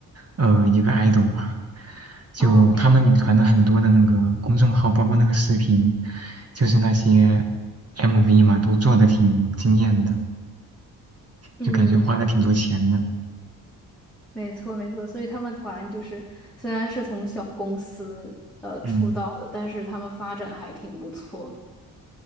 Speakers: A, on the right; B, in the centre.
A: 呃一个 idol 吧。就他们女团的很多的那个公众号，
B: 哦，这样，
A: 包括那个视频，就是那些 MV 嘛，都做的挺惊艳的，
B: 嗯，
A: 就感觉花了挺多钱的。
B: 没错没错，所以他们团就是虽然是从小公司呃出道的，
A: 嗯，
B: 但是他们发展还挺不错。